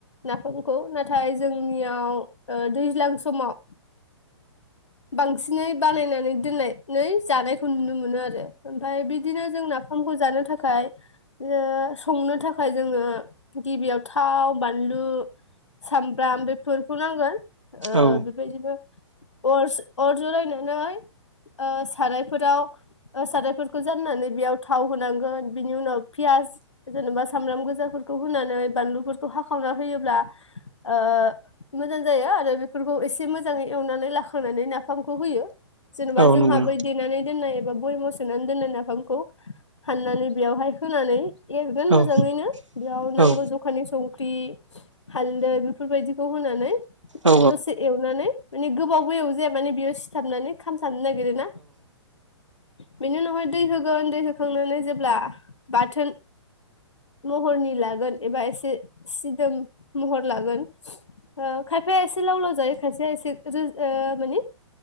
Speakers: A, on the left; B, on the right.
A: नाफामखौ नाथाय जोंनियाव दैज्लां ओ समाव बांसिनै बानायनानै दोननानै जानायखौ नुनो मोनो। आरो ओमफ्राय बिदिनो जों नाफामखौ जानो थाखाय ओ संनो थाखाय जोङो गिबियाव थाव बानलु सामब्राम बेफोरखौ नांगोन ओ
B: औ
A: बेबायदिनो अर अर जरायनानै ओ सारायफोराव ओ सारायफोरखौ जाननानै बेयाव थाव होनांगोन बिनि उनाव पियास जेनेबा सामब्राम गोजाफोरखौ होनानै बानलुफोरखौ हाखावना होयोब्ला ओ मोजां जायो आरो बेफोरखौ एसे मोजाङै एवनानै ला खांनानै नाफामखौ होयो। जेनेबा
B: औ
A: जोंहाबो
B: नंगौ
A: देनानै दोन्नाय एबा बयाम सोनानै दोननाय नाफामखौ हाननानै बेयावहाय होनानै एरगोन
B: औ
A: मोजाङैनो बेयाव
B: औ
A: नांगौ
B: औ
A: जखानि संख्रि हालदै बेफोरबायदिखौ होनानै
B: औ
A: दसे एवनानै माने गोबाव बैयाव जे माने बियो सि थाबनानै खाम नो नागिरोना। बेनि उनावहाय दै होगोन दै होखांनानै जेब्ला बाथोन महरनि लागोन एबा एसे सिदोम महर लागोन ओ खायफाया एसे लाव लाव जायो खायसेया एसे रो ओ माने